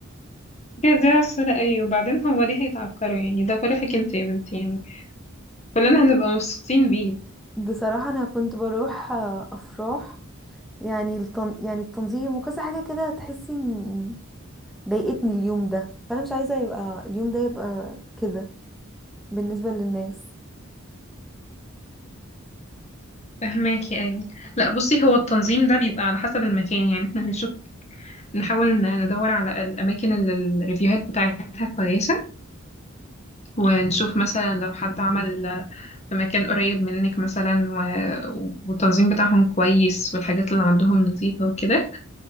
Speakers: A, on the left; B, in the centre.
A: يا دي عسولة أيوة وبعدين هو ليه هيتعكروا يعني ده فرحك انت يا بنتي يعني كلنا هنبقى مبسوطين بيه
B: بصراحة انا كنت بروح آه، افراح يعني التن... يعني التنظيم وكذا حاجة كده تحسي إن ضايقتني اليوم ده فانا مش عايزة يبقى اليوم ده يبقى كده بالنسبة للناس
A: فهماكي أيوة لا بصي هو التنظيم ده بيبقى على حسب المكان يعني احنا هنشوف نحاول ن- ندور على الأماكن اللي الريفيوهات بتاعتها كويسة ونشوف مثلا لو حد عمل في مكان قريب منك مثلا و... والتنظيم بتاعهم كويس والحاجات اللي عندهم نظيفة وكده